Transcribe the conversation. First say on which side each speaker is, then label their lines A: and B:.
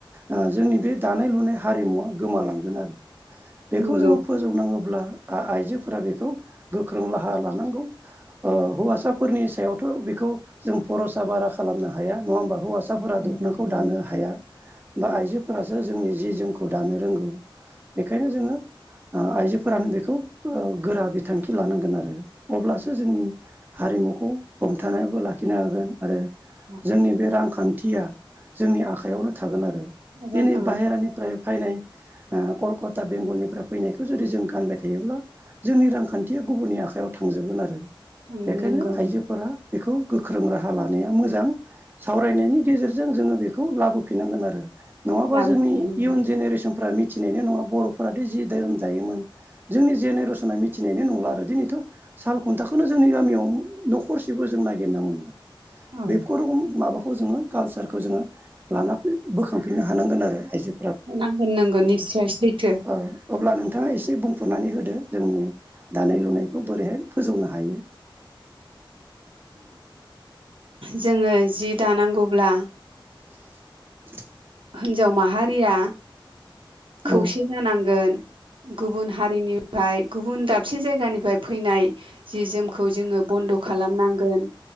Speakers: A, on the right; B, on the right.
A: ओ जोंनि बे दानाय लुनाय हारिमुवा गोमालांगोन आरो। बेखौ
B: नंगौ।
A: जोङो फोजौनाङोब्ला आ-आइजोफोरा बेखौ गोख्रों राहा लानांगौ। ओ हौवासाफोरनि सायावथ' बेखौ जों फरसा बारा खालामनो हाया नंङा होमबा हौवासाफोरा
B: उ,
A: दखनाखौ
B: नंगौ नंगौ
A: दानो हाया बा
B: औ
A: आइजो फोरासो जोंनि जि जोमखौ दानो रोंगौ बेखायनो जोंङो ओ आइजोफोरानो बेखौ ओ गोरा बिथांखि लानांगोन आरो अब्लासो जोंनि हारिमुखौ हमथानायबो लाखिनो हागोन आरो
B: औ
A: जोंनि बे रांखान्थिया जोंनि आखाइयावनो थागोन आरो।
B: हागोन
A: दिनै
B: औ
A: बाहेरानिफ्राय फायनाय ओ कलकता बेंगलनिफ्राय फैनायखौ जुदि जों गानबाय थायोब्ला जोंनि रांखान्थिया गुबुननि आखायाव थांजोबगोन आरो।
B: थांगोन
A: बेखायनो
B: नोंगौ
A: आइजोफोरा बेखौ गोख्रों राहा लानाया मोजां। सावरायनायनि गेजेरजों जोंङो बेखौ लाबोफिननांगोन आरो। नंङाबा
B: लाबोफिननांगोन
A: जोंनि इयुन जेनेरेसनफ्रा मिथिनायनाय नंङा बर'फोराथ' जि धोरोम दायोमोन। जोंनि जेनेरेसना मिथिनायनायनि नंला आरो दिनैथ' साल खुन्थाखौनो जोंनि गामियाव न'खरसेबो जों नागिरना मोनला।
B: औ
A: बेफोर रोखम माबाखौ जोंङो कालसारखौ जोंङो लाना बोखांफिननो हानांगोन आरो आइजो
B: नांगोन नगोन निस्सय सैथो।
A: अ अब्ला नोंथाङा एसे बुंफोरनानै होदो जोंनि दानाय लुनायखौ बोरैहाय फोजौनो हायो।
B: जोंङो जि दानांगौब्ला
A: <inaudible>
B: हिनजाव माहारिया खौसे
A: औ
B: जानांगोन। गुबुन हारिनिफ्राय गुबुन दाबसे जायगानिफ्राय फैनाय जि जोमखौ जोङो बन्द' खालामनांगोन।